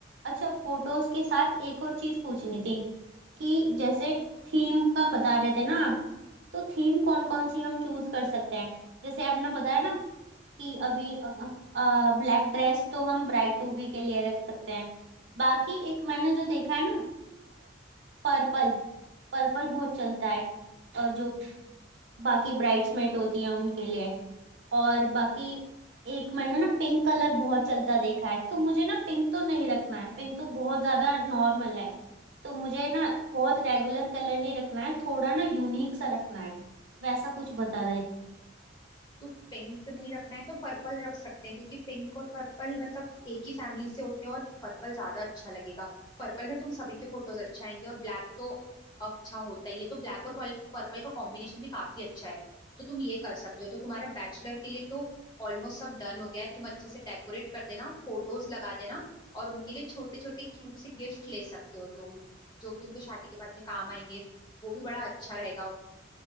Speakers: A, on the right (about 70°); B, on the left (about 25°).
A: अच्छा फोटोज के साथ एक और चीज पूछनी थी कि जैसे थीम का बता रहे थे ना आप तो थीम कौन कौन सी हम चूज कर सकते हैं जैसे आपने पता है ना कि अभी ब्लैक ड्रेस तो हम ब्राइड टू बी के लिए रख सकते हैं बाकी एक मैंने जो देखा है ना पर्पल पर्पल बहुत चलता है अ, जो बाकी ब्राइड्समेट होती हैं उनके लिए और बाकी एक मैंने ना पिंक कलर बहुत चलता देखा है तो मुझे ना पिंक तो नहीं रखना है पिंक तो बहुत ज्यादा नॉर्मल है तो मुझे ना बहुत रेगुलर कलर नहीं रखना है थोड़ा ना यूनिक सा रखना है वैसा कुछ बता दे
B: तो पिंक नहीं रखना है तो पर्पल रख सकते हैं क्योंकि पिंक और पर्पल मतलब एक ही फैमिली से होते हैं और पर्पल ज्यादा अच्छा लगेगा पर्पल में तुम सभी के फोटोज अच्छे आएंगे और ब्लैक तो अच्छा होता ही है तो ब्लैक और पर्पल का कॉम्बिनेशन भी काफी अच्छा है तो तुम ये कर सकते हो तो तुम्हारे बैचलर के लिए तो ऑलमोस्ट सब डन हो गया है तुम अच्छे से डेकोरेट कर देना फोटोज लगा देना और उनके लिए छोटे छोटे क्यूट से गिफ्ट ले सकते हो तुम जो कि उनको शादी के बाद में काम आएंगे वो भी बड़ा अच्छा रहेगा और